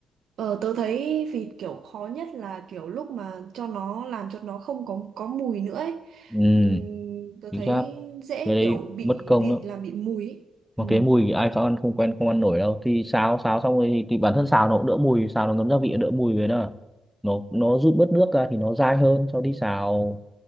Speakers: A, on the right; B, in the centre.
A: ờ, tớ thấy vịt kiểu khó nhất là kiểu lúc mà cho nó làm cho nó không có có mùi nữa ấy
B: ừ
A: Ừm, tớ
B: chính
A: thấy
B: xác
A: dễ
B: cái đấy
A: kiểu bị
B: mất công
A: vịt
B: lắm
A: làm bị mùi ấy
B: mà
A: ừ
B: cái mùi thì ai khó ăn không quen không ăn nổi đâu thì xào xào xong rồi thì, thì bản thân xào nó cũng đỡ mùi xào nó ngấm gia vị đỡ mùi với nó nó nó rút bớt nước ra thì nó dai hơn sau đi xào